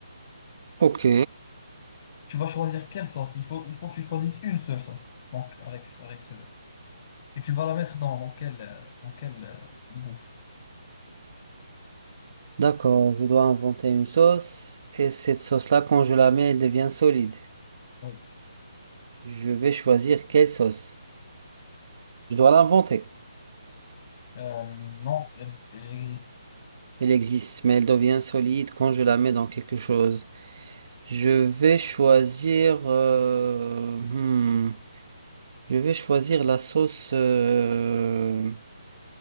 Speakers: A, on the right (about 50°); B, on the left (about 35°).
A: ok.
B: Tu vas choisir quelle sauce. Il faut, il faut que tu choisisses une seule sauce. Donc avec, ce- avec ce, et tu vas la mettre dans, dans quelle, euh, dans quelle euh, bouffe.
A: D'accord, je dois inventer une sauce. Et cette sauce-là, quand je la mets, elle devient solide.
B: Oui,
A: Je vais choisir quelle sauce. Je dois l'inventer.
B: Euh, non, elle, elle existe.
A: Elle existe, mais elle devient solide quand je la mets dans quelque chose. Je vais choisir. euh, hmm, je vais choisir la sauce. euh,